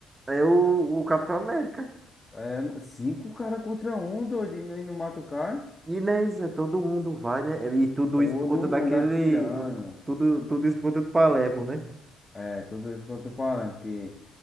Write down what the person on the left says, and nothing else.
É cinco cara contra um, doido, e não e não mata o cara.
Todo
mundo atirando.
É, tudo isso contra o Palermo, que,